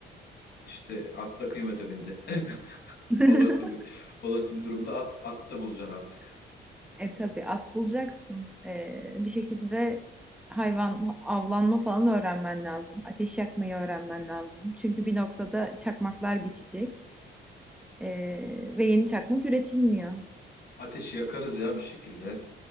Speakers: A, on the left; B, in the centre.
A: İşte at da kıymete bindi. <laughs>
B: <laughs>
A: Olası bir olası bir durumda at, at da bulacaksın artık.
B: E tabii at bulacaksın. Ee, bir şekilde hayvan avlanma falan öğrenmen lazım. Ateş yakmayı öğrenmen lazım. Çünkü bir noktada çakmaklar bitecek. Ee, ve yeni çakmak üretilmiyor.
A: Ateşi yakarız ya bir şekilde.